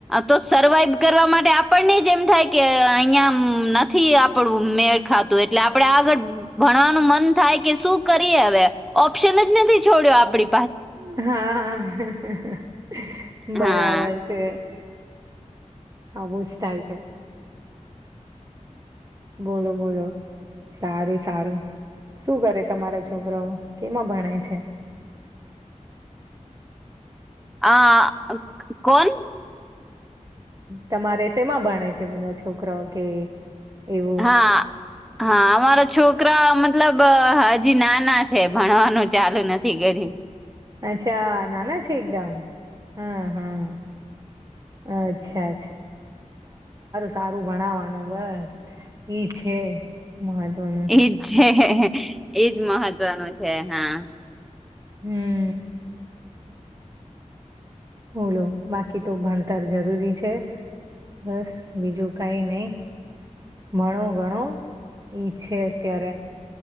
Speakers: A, in the centre; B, on the right (about 25°).
A: તો સર્વાઈવ કરવા માટે આપણને જ એમ થાય કે અહિયાં નથી આપડું મેળ ખાતું એટલે આપણે આગળ ભણવાનું મન થાય કે શું કરીએ હવે ઓપ્શન જ નથી. છોડ્યો આપડી
B: હા હા. બરાબર
A: હા
B: છે આવું જ થાય છે. બોલો બોલો. સારું સારું શું કરે તમારા છોકરાઓ કેમાં ભણે છે?
A: આ કોન?
B: તમારે સેમાં ભણે છે બધા છોકરા કે એવું
A: હા હા અમારા છોકરા મતલબ હજી નાના છે. ભણવાનું ચાલુ નથી કર્યું
B: અચ્છા નાના છે એકદમ હા હા અચ્છા સારું ભણવાનું બસ એ છે મહત્વનું
A: એજ છે એજ મહત્વનું છે હા
B: હ બોલો બાકી તો ભણતર જરૂરી છે બસ બીજું કઈ નહી ભણો ભણો એ છે અત્યારે